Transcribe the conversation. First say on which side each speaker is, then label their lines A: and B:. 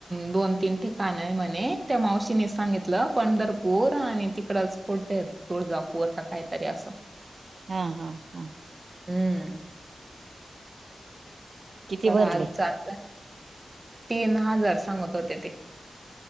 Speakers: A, on the right; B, on the right.
A: दोन तीन ठिकाण आहे म्हणे, त्या मावशीने सांगितलं पंढर पुर आणि तिकडच कोठे तुळजापूर, का काहीतरी असं.
B: हा हा हा!
A: हूं!
B: किती
A: तर
B: भरले
A: आज जाताय, तीन हजार सांगत होते ते.